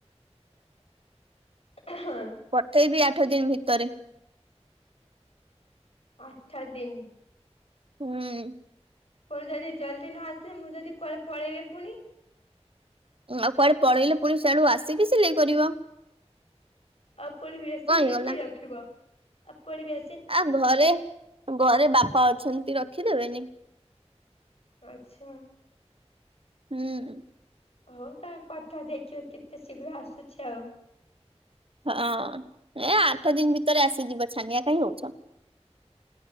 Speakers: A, on the left; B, on the right.
A: ହଁ
B: ପଠେଇବି ଆଠ ଦିନ୍ ଭିତରେ।
A: ଆଠ ଦିନ୍।
B: ହୁଁ।
A: ପୁଣି ଯଦି ଜଲ୍ଦି ନ ଆସିଲେ ମୁଁ ଯଦି କୁଆଡେ ପଳେଇବି ପୁଣି।
B: ଆଉ କୁଆଡେ ପଳେଇଲେ ପୁଣି ସିଆଡୁ ଆସିକି ସିଲେଇ କରିବ।
A: ଆଉ ପୁଣି ମେସିନ୍
B: କଣ ହେଇଗଲା
A: ଟା କିଏ ରଖିବ ଆଉ ପୁଣି ମେ
B: ଆ ଘରେ ଘରେ ବାପା ଅଛନ୍ତି ରଖିଦେବେନି।
A: ଆଚ୍ଛା।
B: ହୁଁ।
A: ହଉ ତମେ ପଠା ଦେଖିବା କେତେ ଶୀଘ୍ର ଆସୁଛି ଆଉ।
B: ହଁ ଏ ଆଠ ଦିନ ଭିତରେ ଆସିଯିବ ଛାନିଆ କାହିଁ ହଉଛ।